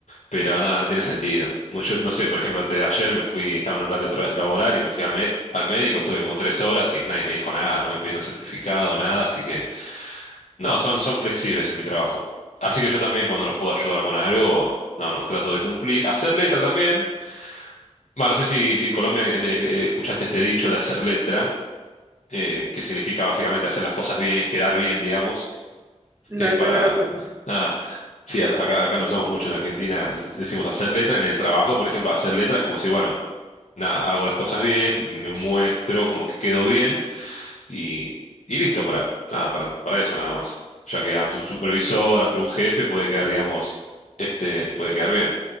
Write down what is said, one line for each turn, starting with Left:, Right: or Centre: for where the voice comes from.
Left: pero nada, no tiene sentido. Mu- Yo no sé, por ejemplo, antes de ayer me fui, estaba en horario tra- laboral y me fui al, me- al médico, estuve como tres horas y nadie me dijo nada, no me pidieron certificado, nada, así que no, son, son flexibles en mi trabajo. Así que yo también cuando los puedo ayudar con algo, no, no, trato de cumplir. Hacer letra también. Bueno, no sé si, si en Colombia eh, eh, escuchaste este dicho de hacer letra, eh, que significa básicamente hacer las cosas bien, quedar bien, digamos,
Right: No,
Left: eh,
Right: eso
Left: para...
Right: no lo conozco.
Left: Ah, sí, a- acá, acá lo usamos mucho en Argentina, dec- decimos hacer letra. En el trabajo, por ejemplo, hacer letra es como decir, bueno, nada, hago las cosas bien, me muestro como que quedo bien. Y, y listo, para, nada, para, para eso nada más. Ya que ante un supervisor, ante un jefe, puede quedar, digamos, este, puede quedar bien.